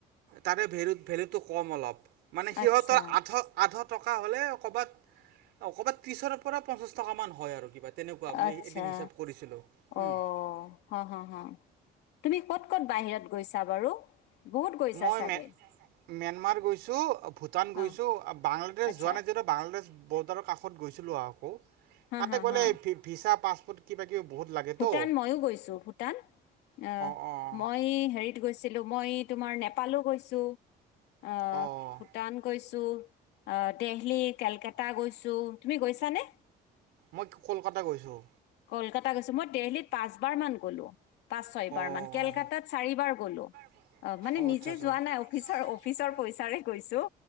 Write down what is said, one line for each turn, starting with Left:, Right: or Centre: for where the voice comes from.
Right: তাৰে ভেলু- ভেলুটো কম অলপ। মানে সিহঁতৰ
Left: আচ্ছা
Right: আথ আঠশ টকা হলে কবাত, কবাত ত্ৰিশৰ পৰা পঞ্চাশ টকা মান হয় আৰু কিবা। তেনেকুৱা মই
Left: আচ্ছা।
Right: এদিন হিচাপ কৰিছিলোঁ উম,
Left: অ, হা হা হা। তুমি ক'ত ক'ত বাহিৰত গৈছা বাৰু? বহুত গৈছা
Right: মই
Left: চাগে।
Right: মে ম্যানমাৰ গৈছো, ভূটান
Left: হা
Right: গৈছো, বাংলাদেশ
Left: আচ্ছা
Right: যোৱা নাই যিহেতু বাংলাদেশ বৰ্ডাৰৰ কাষ শত গৈছিলো আৰু, আকৌ
Left: হা
Right: তাতে
Left: হা
Right: গ'লে
Left: হা
Right: ভিছা পাছপৰ্ট কিবা কিবি বহুত লাগেতো
Left: ভূটান ময়ো গৈছোঁ, ভূটান। অ
Right: অঁ অঁ
Left: মই এই হেৰিত গৈছিলোঁ। মই তোমাৰ নে পালো গৈছোঁ, আহ
Right: অঁ
Left: ভূটান গৈছোঁ। অ, দিল্লি কেলকাতা গৈছোঁ। তুমি গৈছা নে?
Right: মই কলকাতা গৈছোঁ।
Left: কলকাতা গৈছোঁ, মই দেলহিত পাঁচবাৰ মান গ'লোঁ। পাঁচ ছয়বাৰ
Right: অঁ অঁ।
Left: মান, কেলকাতাত চাৰিবাৰ গলো।
Right: গ'লোঁ
Left: অ। মানে
Right: অঁ
Left: নিজে
Right: আচ্ছা আচ্ছা
Left: যোৱা নাই, অফিচাৰ- অফিচৰ পইচাৰে গৈছোঁ,